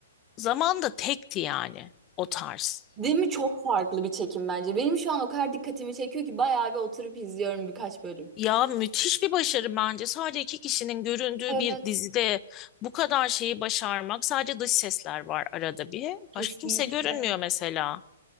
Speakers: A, on the left (about 25°); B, on the right (about 25°).
A: zamanda tekti yani o tarz.
B: Değil mi? Çok farklı bir çekim bence. Benim şu an o kadar dikkatimi çekiyor ki bayağı bir oturup izliyorum birkaç bölüm.
A: Ya müthiş bir başarı bence. Sadece iki kişinin göründüğü
B: Evet,
A: bir dizide bu kadar şeyi başarmak. Sadece dış sesler var arada bir.
B: kesinlikle.
A: Başka kimse görünmüyor mesela.